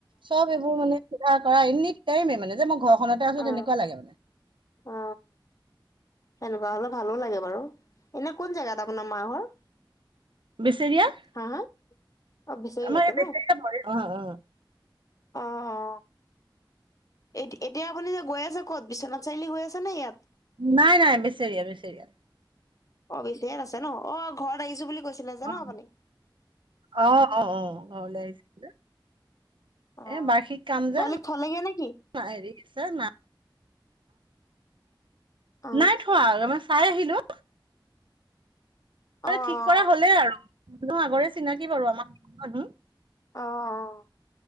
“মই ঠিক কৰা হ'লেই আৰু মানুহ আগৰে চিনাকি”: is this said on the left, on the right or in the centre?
Right